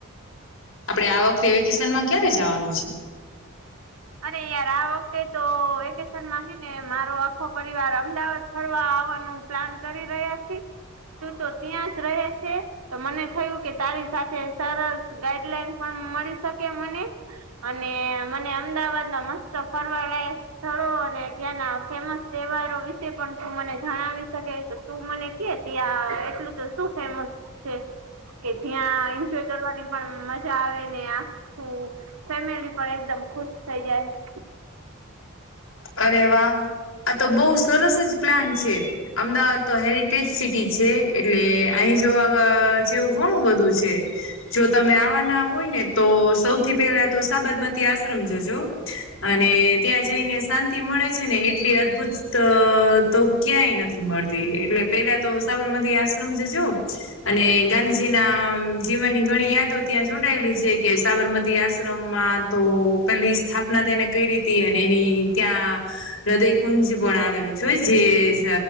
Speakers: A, on the left; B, on the right.
A: આપડે આ વખતે વેકેશનમાં ક્યારે જાવાનું છે.
B: અરે યાર આ વખતે તો વેકેશનમાં છે ને મારો આખો પરિવાર અમદાવાદ ફરવા આવવાનું પ્લાન કરી રહ્યા છે તું તો ત્યાં જ રહે છે. તો મને થયું કે તારી સાથે સરસ ગાઈડલાઈન પણ મળી શકે મને. અને મને અમદાવાદમાં મસ્ત ફરવા લાયક સ્થળો અને ત્યાંના ફેમસ તહેવારો વિશે પણ તું મને જણાવી શકે? તું મને કે ત્યાં એટલું તો શું ફેમસ છે કે જ્યાં એન્જોય કરવાની પણ મજા આવે ને આખું ફેમિલી પણ એકદમ ખુશ થઈ જાય.
A: અરે વાહ! આ તો બહુ સરસ જ પ્લાન છે. અમદાવાદ તો હેરિટેજ સિટી છે એટલે અહીં જોવા વા જેવું ઘણું બધું છે. જો તમે આવાના હોય ને, તો સૌથી પહેલા તો સાબરમતી આશ્રમ જજો. અને ત્યાં જઈને શાંત મળે છે ને એટલી અદ્દભુત તો ક્યાંય નથી મળતી, એટલે પેલા તો સાબરમતી આશ્રમ જજો, અને ગાંધીજીના જીવનની ઘણી યાદો ત્યાં જોડાયેલી છે કે સાબરમતી આશ્રમમાં તો પેલી સ્થાપના તેને કરી હતી અને એની ત્યા હૃદય કુંજ પણ આવેલું જોય જે જ